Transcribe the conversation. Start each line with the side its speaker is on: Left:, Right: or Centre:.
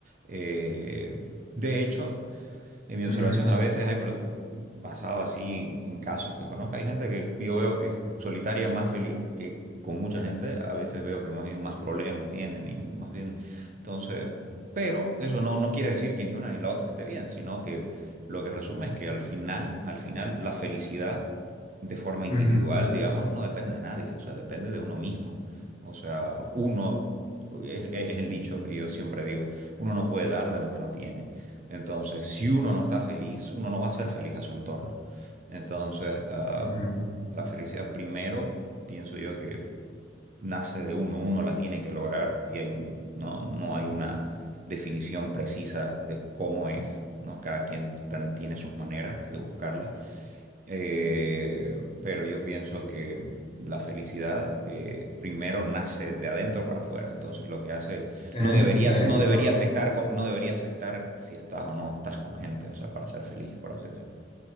Right: eh, de hecho, en mi
Left: ujú,
Right: observación, a veces hay, per- basado así en, casos que conozco, hay gente que yo veo que es solitaria más feliz que con mucha gente. A veces veo que más bien más problemas tienen y más bien, entonces, pero eso no, no quiere decir que ni una ni la otra esté bien, sino que lo que resume es que al final, al final la felicidad de forma individual,
Left: ujú,
Right: digamos, no depende de nadie, o sea, depende de uno mismo. O sea, uno, es es el dicho que yo siempre digo, uno no puede dar de lo que no tiene. Entonces, si uno no está feliz, uno no va a ser feliz a su entorno. Entonces, ah,
Left: ujú.
Right: la felicidad primero, pienso yo que nace de uno, uno la tiene que lograr y hay- no, no hay una definición precisa de cómo es, ¿no? Cada quien tan- tiene sus maneras de buscarla. Eh, pero yo pienso que la felicidad eh, primero nace de adentro para afuera. Entonces lo que hace
Left: Tenés,
Right: no debería,
Left: tenés
Right: no
Left: razón.
Right: debería afectar, co- no debería afectar si estás o no estás con gente, o sea, para ser feliz, por así decirlo.